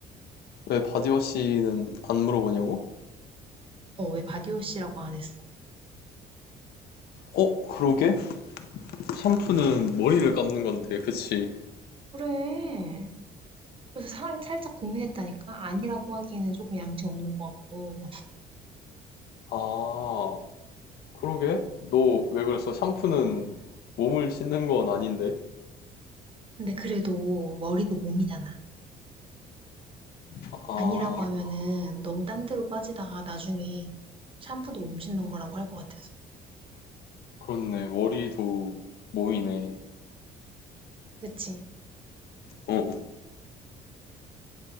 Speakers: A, on the left; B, on the right.
A: 왜 바디워시는 안 물어보냐고?
B: 어, 왜 바디워시라고 안 했어?
A: 어, 그러게? 샴푸는 머리를 감는 건데, 그치?
B: 그래. 그래서 살, 살짝 고민했다니까? 아니라고 하기에는 조금 양심 없는 것 같고.
A: 아, 그러게? 너 왜 그랬어? 샴푸는 몸을 씻는 건 아닌데?
B: 근데 그래도 머리도 몸이잖아.
A: 아,
B: 아니라고 하면은 너무 딴 데로 빠지다가 나중에 샴푸도 몸 씻는 거라고 할 것 같아서.
A: 그렇네. 머리도 모이네.
B: 그치?
A: 어.